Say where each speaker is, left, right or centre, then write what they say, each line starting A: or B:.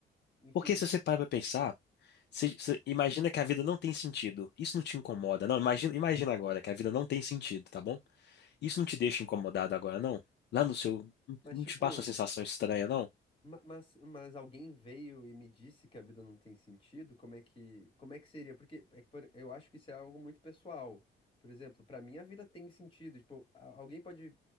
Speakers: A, on the left; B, on the left.
A: Enfim.
B: Porque se você para pra pensar, você, você imagina que a vida não tem sentido. Isso não te incomoda. Não, imagina, imagina agora que a vida não tem sentido, tá bom? Isso não te deixa incomodado agora, não? Lá no seu.
A: Mas,
B: Não
A: tipo.
B: te passa uma sensação estranha, não?
A: Ma- Mas, mas alguém veio e me disse que a vida não tem sentido? Como é que, como é que seria? Porque é que, por- eu acho que isso é algo muito pessoal. Por exemplo, pra mim a vida tem sentido. Tipo, a- alguém pode